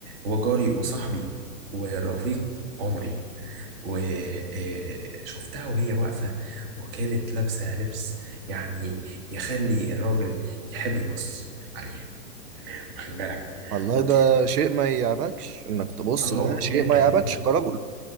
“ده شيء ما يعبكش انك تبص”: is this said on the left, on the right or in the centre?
Right